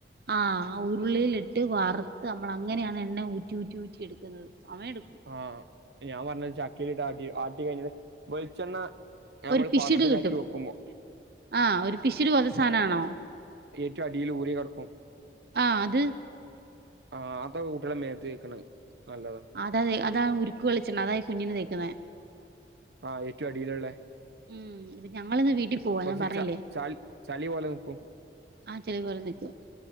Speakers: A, on the right; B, on the right.
A: ആഹ് ഉരുളിലിട്ട് വറുത്ത് നമ്മള് അങ്ങനെണ് എണ്ണ ഊറ്റി ഊറ്റി ഊറ്റി എടുക്കുന്നത് സമയം എടുക്കും
B: ആഹ് ഞാൻ പർഞ്ഞത് ചക്കിലിട്ട് ആട്ടി ആട്ടി കഴിഞ്ഞിട്ട് വെളിച്ചെണ്ണ ഞമ്മള്
A: ഒരു പിഷിട്
B: പാത്രത്തിലാക്കി
A: കിട്ടും
B: വെക്കുമ്പോ
A: ആഹ് ഒരു പിഷിട് പോലെത്തെ സാനാണോ?
B: ഏറ്റും അടില് ഊറി കടക്കും
A: ആഹ് അത്
B: ആഹ് അതൊക്കെ കുട്ടികളെ മേത്ത് തെക്ക്ണ് നല്ലതാ
A: അതാ അതാ ഉരുക്ക് വെളിച്ചെണ്ണ അതാ കുഞ്ഞിന് തെക്കുന്നെ
B: ആഹ് ഏറ്റവും അടില്ള്ളേ
A: ഉം ഞങ്ങള്ന്ന് വീട്ടിൽ പോവാ
B: കൊറച്ച്
A: ഞാൻ പർഞ്ഞിലെ
B: ച ചളി ചളി പോലെ നിക്കും
A: ആഹ് <unintelligible>